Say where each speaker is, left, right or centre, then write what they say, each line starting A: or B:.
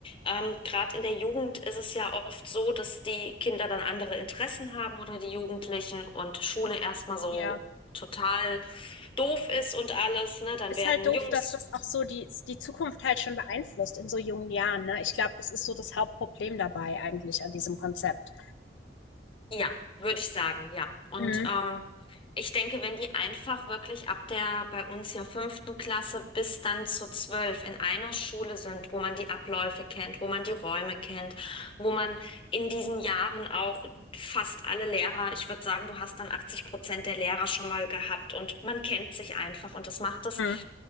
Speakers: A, on the left (about 30°); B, on the left (about 85°).
A: Ähm, gerade in der Jugend ist es ja oft so, dass die Kinder dann andere Interessen haben oder die Jugendlichen und Schule erstmal so
B: ja.
A: total doof
B: ja.
A: ist und alles, ne? Dann
B: Ist
A: werden
B: halt doof,
A: Jungs
B: dass das auch so die, die Zukunft halt schon beeinflusst in so jungen Jahren, ne? Ich glaube, das ist so das Hauptproblem dabei eigentlich an diesem Konzept.
A: Ja, würde ich sagen, ja. Und
B: Mhm.
A: ähm, ich denke, wenn die einfach wirklich ab der bei uns ja fünften Klasse bis dann zu zwölf in einer Schule sind, wo man die Abläufe kennt, wo man die Räume kennt, wo man in diesen Jahren auch fast alle Lehrer, ich würde sagen, du hast dann 80 Prozent der Lehrer schon mal gehabt und man kennt sich einfach und das macht es
B: Mhm.